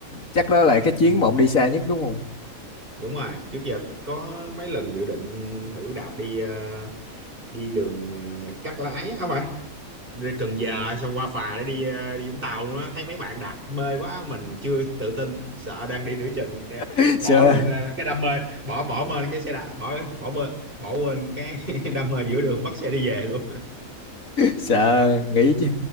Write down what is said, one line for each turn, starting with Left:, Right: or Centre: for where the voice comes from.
Left: chắc đó là cái chuyến
Right: Ừ.
Left: mà ông đi xa nhất đúng không
Right: đúng rồi trước giờ có mấy lần dự định thử đạp đi ờ, đi đường ờ, cắt lái á, không phải đi Cần Giờ xong qua phà để đi, ờ, đi Vũng Tàu luôn á thấy mấy bạn đạp mê quá mình chưa tự tin sợ đang đi nửa chừng ờ,
Left: <laughs>
Right: bỏ
Left: Sure.
Right: luôn ờ, cái đam mê bỏ bỏ bên cái xe đạp bỏ bỏ bên bỏ quên cái <laughs> đam mê giữa đường bắt xe đi về luôn
Left: sợ nghĩ chứ